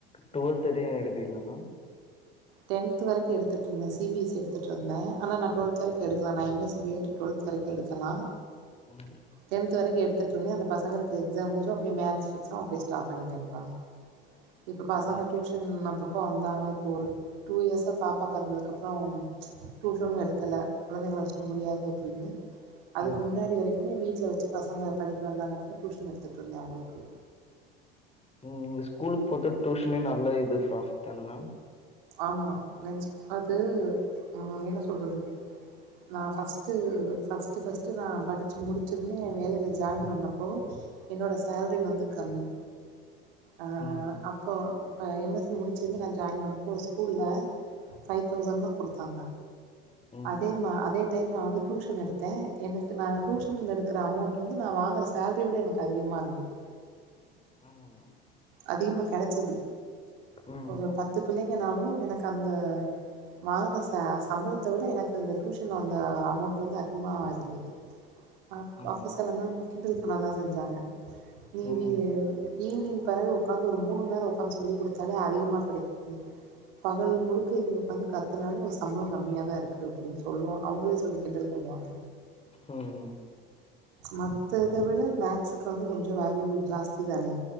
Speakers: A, on the left; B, on the right.
A: டுவெல்த் வரியு எடுக்கிறிங்ளா மேம்
B: டென்த் வரைக்கு எடுத்துட்டுருந்தே சி பி எஸ் சி எடுத்துட்ருந்தே ஆனா நா டுவெல்த் வரைக்கு எடுக்கலா நா எம் எஸ் சி பி எட் டுவெல்த் வரைக்கு எடுக்கலா
A: ம்
B: டென்த் து வரைக்கு எடுத்துட்டுருந்தே அந்த பசங்களுக்கு எக்ஸாம் முடிஞ்சு அப்டியே மேரேஜ் பிக்ஸ் ஆகவு அப்டியே ஸ்டாப் பண்ணிட்டேம்ப்பா இப்ப பசங்க
A: ஓகே
B: டியூஷன் அப்பப்ப வந்தாங்கனா இப்ப ஒரு டூ இயர்ஸா பாப்பா பிறந்ததுக்கப்றோ டியூசனு எடுக்கல குழந்தைங்கள வெச்ட்டு முடியாது அப்டின்னு அதுக்கு
A: ம்
B: முன்னாடி வரைக்குமே வீட்ல வெச்சு பசங்கள படிக்க வந்தாங்க அப்புனா டியூஷன் எடுத்துட்டுருந்தே அவங்களுக்கு
A: ம் நீங்க ஸ்கூலுக்கு போறதுட டியூஷனே நல்ல இது ப்ராஃபிட் தான மேம்
B: ஆமா லன்ச் அது ம் என்ன சொல்றது நா ஃபஸ்ட்டு ஃபஸ்ட்டு ஃபஸ்ட்டு நா படிச்சு முடிச்சதுமே வேலையில ஜாயின் பண்ணப்போ என்னோட சேல்ரி வந்து கம்மி ஆ
A: ம்
B: அப்போ இப்ப எம் எஸ் சி முடிச்சதுமே நா ஜாயின் பண்ணப் போ ஸ்கூல்ல ஃபைவ்தௌசண்ட்தா குடுத்தாங்க
A: ம்
B: அதே மா அதே டைம் நா வந்து டியூஷன் எடுத்தே எனக்கு நா டியூஷன் எடுக்குற அமௌண்ட் வந்து நா வாங்குற சேல்ரிய விட எனக்கு அதிகமா இருந்தது
A: ஆமா மேம்
B: அதிகமா கெடைச்சது
A: ம்
B: ஒரு பத்து பிள்ளைங்கனாலு எனக்கு அந்த வாங்கின ச சம்பளத்த விட எனக்கு இந்த டியூஷன்ல் வந்த அமௌண்ட் வந்து அதிகமா இருந்துது அப்
A: ஆமா
B: ஆஃபீஸ்ல
A: மேம்.
B: எல்லாம கிண்டல் பண்ண தா செஞ்சாங்க நீ
A: ம்
B: வி ஈவினிங் பிறகு உட்காந்து ஒரு மூணு மணி நேர உக்காந்து சொல்லி கொடுத்தாலே அதிகமா கெடைக்கு து பகல் முழுக்க இங்க உக்காந்து கத்துனாலு சம்பளம் கம்மியா தா இருக்கு அப்டின்னு சொல்லுவா அவங்களே சொல்லி கிண்டல் பண்ணுவாங்க
A: ம் ம்
B: மத்த இத விட மேக்ஸுக்கு வந்து கொஞ்ச வேல்யூ ஜாஸ்தி தானே